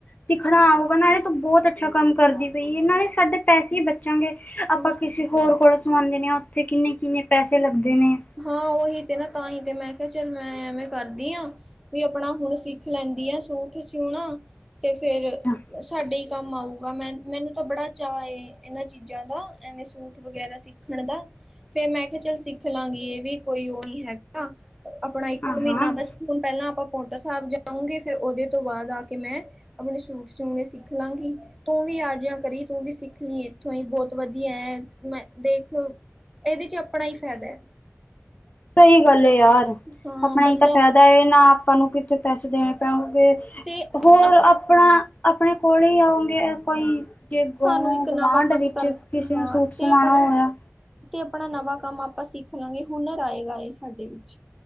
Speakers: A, on the left (about 30°); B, in the centre.
A: ਸਿੱਖਣਾ ਆਊਗਾ ਨਾਲੇ ਤੋਂ ਬਹੁਤ ਅੱਛਾ ਕੰਮ ਕਰਦੀ ਪਈ ਹੈ ਨਾਲੇ ਸਾਡੇ ਪੈਸੇ ਹੀ ਬਚਾਂਗੇ ਆਪਾਂ
B: ਹਾਂ
A: ਕਿਸੇ ਹੋਰ ਕੋਲੋਂ ਸਵਾਉਂਦੇ ਹਾਂ ਉੱਥੇ ਕਿੰਨੇ ਕਿੰਨੇ ਪੈਸੇ ਲੱਗਦੇ ਨੇ
B: ਹਾਂ ਉਹੀ ਤੇ ਨਾ ਤਾਂ ਹੀ ਤੇ ਮੈਂ ਕਿਹਾ ਚੱਲ ਮੈਂ ਐਵੇਂ ਕਰਦੀ ਹ ਵੀ ਆਪਣਾ ਹੁਣ ਸਿੱਖ ਲੈਂਦੀ ਆ ਸੂਟ ਸਿਊਣਾ ਤੇ ਫੇਰ।
A: ਅੱਛਾ
B: ਸਾਡੇ ਹੀ ਕੰਮ ਆਊਗਾ ਮੈਂ ਮੈਨੂੰ ਤਾਂ ਬੜਾ ਚਾ ਏ, ਇਹਨਾਂ ਚੀਜ਼ਾਂ ਦਾ ਐਵੇਂ ਸੂਟ ਵਗੈਰਾ ਸਿੱਖ। ਸਿੱਖਣ ਦਾ ਫੇਰ ਮੈਂ ਕਿਹਾ ਚੱਲ ਸਿੱਖ ਲਾਂਗੀ। ਇਹ ਵੀ ਕੋਈ ਉਹ ਨੀ ਹੈਗਾ। ਆਪਣਾ ਇੱਕ
A: ਹਾਂ
B: ਮਹੀਨਾ
A: ਹਾਂ
B: ਬਸ। ਹੁਣ ਪਹਿਲਾਂ ਆਪਾਂ ਪੋਂਟਾ ਸਾਹਿਬ ਜਾਊਗੇ। ਫਿਰ ਉਹਦੇ ਤੋਂ ਬਾਅਦ ਆ ਕੇ ਮੈਂ। ਆਪਣੇ ਸੂਟ ਸਿਉਣੇ ਸਿੱਖ ਲਾਂਗੀ। ਤੂੰ ਵੀ ਆ ਜਿਆ ਕਰੀ ਤੂੰ ਵੀ ਸਿੱਖ ਲਈ ਇੱਥੋਂ ਹੀ ਬਹੁਤ ਵਧੀਆ ਹੈ। ਮੈਂ ਦੇਖ ਇਹਦੇ ਚ ਆਪਣਾ ਹੀ ਫਾਇਦਾ ਹੈ।
A: ਸਹੀ ਗੱਲ ਏ ਯਾਰ
B: ਹਾਂ
A: ਆਪਣੇ
B: ਬੰਦਾ
A: ਹੀ ਤਾਂ ਫ਼ਾਇਦਾ ਨਾ ਆਪਾਂ ਨੂੰ ਕਿੱਥੇ ਪੈਸੇ ਦੇਣੇ। ਪਉਗੇ
B: ਤੇ
A: ਹੋਰ
B: ਆਪਣ
A: ਆਪਣਾ ਆਪਣੇ ਕੋਲ ਹੀ ਆਉਗੇ ਕੋਈ। ਜੇ ਅੱਗੋ
B: ਸਾਨੂੰ ਇੱਕ ਨਵਾਂ
A: ਗੁਵਾਂਢ
B: ਕੰਮ
A: ਵਿੱਚ,
B: ਕਰਨ
A: ਕਿਸੇ
B: ਹਾਂ
A: ਨੂੰ ਸੂਟ ਸਮਵਾਉਣਾ
B: ਤੇ ਆਪਣ
A: ਹੋਇਆ।
B: ਤੇ ਆਪਣਾ ਨਵਾਂ ਕੰਮ ਆਪਾਂ ਸਿੱਖ ਲਵਾਂਗੇ, ਹੁਨਰ ਆਏਗਾ ਇਹ ਸਾਡੇ ਵਿੱਚ।